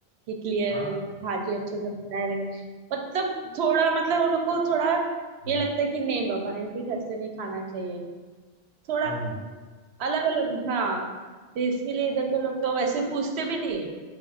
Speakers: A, on the right; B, on the left.
A: कि क्लियर
B: हाँ
A: भाजी अच्छे से बनाए रहेंगे मतलब थोड़ा मतलब उन लोग को थोड़ा
B: हम्म,
A: ये लगता है कि नहीं बाबा इनके घर से नहीं खाना चाहिए थोड़ा
B: हम्म,
A: अलग अलग हाँ तो इसके लिए इधर के लोग तो वैसे पूछते भी नहीं है